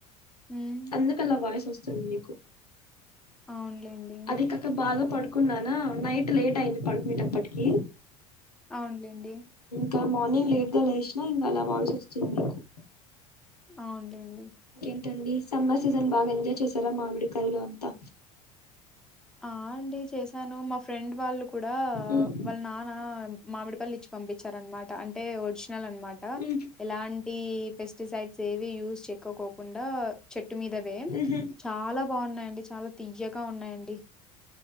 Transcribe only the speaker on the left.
అందుకలా వాయిస్ అస్ స్తుంది మీకు
అది కాక బాగా పడుకున్నానా నైట్ లేట్ అయింది పడుకునేటప్పటికి
గ మార్నింగ్ లేట్ గా లేషినా ఇంగాలా వాల్సచ్చింది మీకు
ంటండి సమ్మర్ సీజన్ బాగా ఎంజాయ్ చేసారా మామిడికాయలు అంతా
ఉమ్,
ఉమ్,
ఉమ్హు.